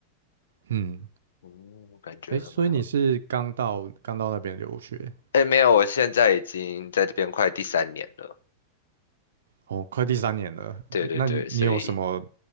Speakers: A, on the right; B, on the left.
A: 嗯，
B: 哦，我感觉很好。
A: 哎，所以你是刚到刚到那边留学？
B: 哎，没有，我现在已经在这边快第三年了。
A: 哦，快第三年了，
B: 对对对，
A: 那你有什么
B: 所以